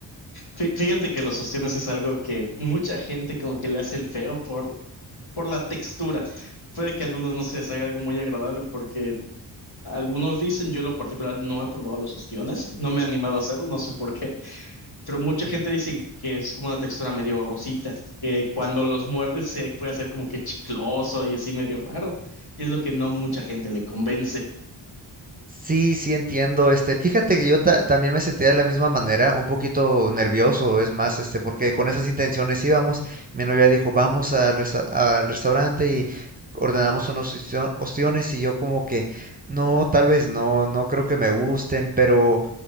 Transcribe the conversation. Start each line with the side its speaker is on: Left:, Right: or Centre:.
Left: Fí- Fíjate que los ostiones es algo que mucha gente como que le hace el feo por, por la textura. Puede que a algunos no se les haga algo muy agradable porque Algunos dicen, yo en lo particular no he probado los ostiones, no me he animado a hacerlo, no sé por qué, pero mucha
Right: <laughs>
Left: gente dice que que es como una textura medio babosita, que cuando los muerdes se puede hacer como que chicloso y así medio raro, y es lo que no mucha gente le convence.
Right: Sí, sí entiendo, este, fíjate que yo ta- también me sentía de la misma manera, un poquito nervioso, es más, este, porque con esas intenciones íbamos, mi novia dijo, vamos al, resta- al restaurante y ordenamos unos ostio- ostiones y yo como que, no, tal vez no, no creo que me gusten, pero...